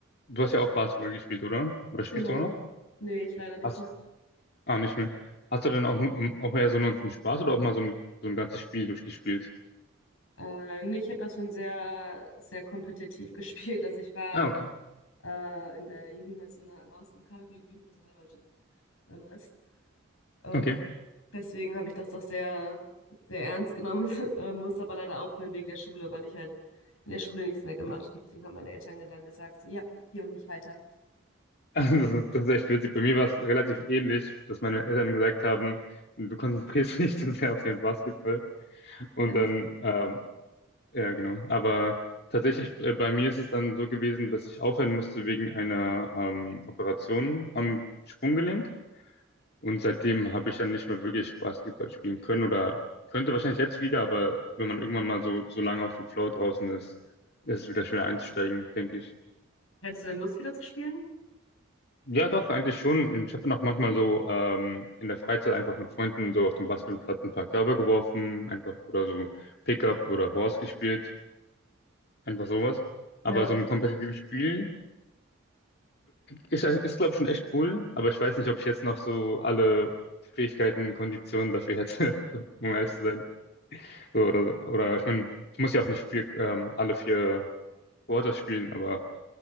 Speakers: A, on the left; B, on the left.
A: du hast ja auch Basketball gespielt, oder? Oder spielst
B: Genau.
A: du immer noch?
B: Nee, ich leider nicht
A: Hast,
B: mehr.
A: ah, nicht mehr. Hast du dann auch, nur- ähm, auch eher so nur zum Spaß oder auch mal so ein, so ein ganzes Spiel durchgespielt?
B: Äh, nee, ich habe das schon sehr, sehr kompetitiv <laughs> gespielt. Also ich war
A: Ah, okay.
B: äh, in der Jugendnational, im, Aus- im Kader für die Jugendnationalmannschaft damals. Ähm,
A: Okay. <laughs>
B: deswegen habe ich das doch sehr, sehr ernst genommen, <laughs> äh, musste aber leider aufhören wegen der Schule, weil ich halt in der Schule nichts mehr gemacht habe. Deswegen haben meine Eltern dann gesagt, so, ja, hier und nicht weiter.
A: Also das ist, das ist echt witzig. Bei mir war es relativ ähnlich, dass meine Eltern gesagt haben, du konzentrierst <laughs> dich zu sehr auf den Basketball. Und
B: Dann
A: dann
B: wird's besser.
A: ähm, Ja, genau. Aber tatsächlich, äh, bei mir ist es dann so gewesen, dass ich aufhören musste wegen einer ähm, Operation am Sprunggelenk. Und seitdem habe ich dann nicht mehr wirklich Basketball spielen können oder könnte wahrscheinlich jetzt wieder, aber wenn man irgendwann mal so, so lange aus dem Flow draußen ist, ist es wieder schwer einzusteigen, denke ich.
B: Hättest du denn Lust, wieder zu spielen?
A: Ja, doch, eigentlich schon. Und Ich habe dann auch manchmal so ähm, in der Freizeit einfach mit Freunden so auf dem Basketballplatz ein paar Körbe geworfen, einfach oder so Pickup oder Horse gespielt, einfach sowas. Aber
B: Ja,
A: so ein kompetitives Spiel. Ist, ist glaube ich, schon echt cool, aber ich weiß nicht, ob ich jetzt noch so alle Fähigkeiten, Konditionen dafür hätte, <laughs> um ehrlich zu sein. So, oder, so. oder ich meine, ich muss ja auch nicht vier, ähm, alle vier Quarters spielen, aber